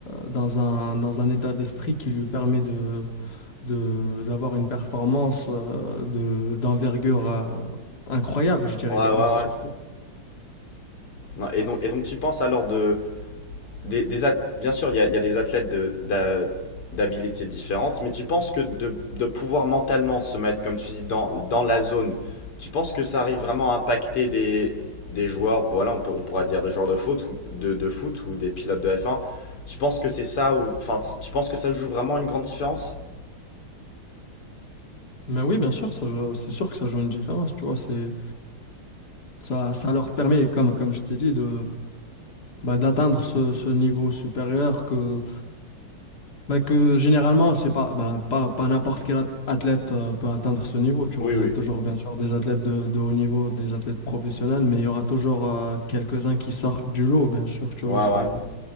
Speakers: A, on the left (about 45°); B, on the left (about 80°).
A: dans un, dans un état d'esprit qui lui permet de, de, d'avoir une performance euh, de, d'envergure euh, incroyable, je dirais,
B: Ouais,
A: tu
B: ouais,
A: vois, c'est surtout.
B: ouais. Non, et donc, et donc tu penses alors de, Des, des ath- Bien sûr, il y a, il y a des athlètes de, d'a- d'habilités différentes, mais tu penses que de, de pouvoir mentalement se mettre, comme tu dis, dans, dans la zone, tu penses que ça arrive vraiment à impacter des, des joueurs, voilà, on peut, on pourra dire des joueurs de foot, ou- de, de foot ou des pilotes de F1, tu penses que c'est ça, ou, enfin, tu penses que ça joue vraiment une grande différence?
A: Mais oui, bien sûr, ça, joue- c'est sûr que ça joue une différence, tu vois, c'est, ça, ça leur permet, comme, comme je t'ai dit, de, bah, d'atteindre ce, ce niveau supérieur que, Bah, que généralement, c'est pas, bah, pas, pas n'importe quel ath- athlète euh, peut atteindre ce niveau, tu
B: Oui,
A: vois. Il
B: oui.
A: y a toujours, bien sûr, des athlètes de, de haut niveau, des athlètes professionnels, mais il y aura toujours euh, quelques-uns qui sortent du lot, bien sûr, tu
B: Ouais,
A: vois. C'est,
B: ouais.